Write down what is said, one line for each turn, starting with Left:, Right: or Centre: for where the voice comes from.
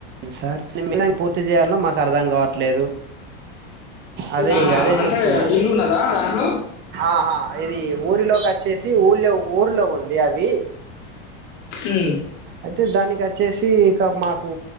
Right: <inaudible> పూర్తి చేయాలో మాకు అర్ధం కావట్లేదు అదే
Left: ఆహా
Right: ఇగ అదే
Left: అంటే
Right: చూస్తున్నాం.
Left: ఇల్లు ఉన్నదా దాంట్లో
Right: ఆహా ఇది ఊరిలో కచ్చేసి ఊర్లో ఊర్లో ఉంది అవి.
Left: ఉమ్.
Right: అయితే దానికచ్చేసి ఇక మాక్ మాకు